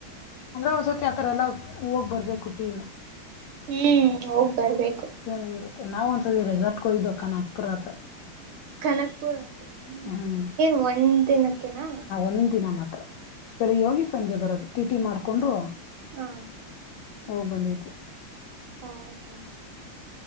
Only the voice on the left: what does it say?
ಅಂದ್ರೆ ಒಂದ್ಸತಿ ಆತರ ಎಲ್ಲಾ ಹೋಗ್ ಬರ್ಬೇಕ ಟೀಮ್.
ಚೆನ್ನಾಗಿರುತ್ತೆ ನಾವ್ ಒಂದ್ಸಲ ರೆಸಾರ್ಟ್ಗೆ ಹೋಗಿದ್ವಿ ಅಕ್ಕ ನಾಗಪುರ ಹತ್ರ.
ಹ್ಮ್
ಆ ಒಂದ್ ದಿನ ಮಾತ್ರ ಬೆಳಿಗ್ಗೆ ಹೋಗಿ ಸಂಜೆ ಬಂದ್ವಿ. ಟಿಟಿ ಮಾಡಿಕೊಂಡು.
ಹೋಗ್ ಬಂದಿದ್ದೀರಿ.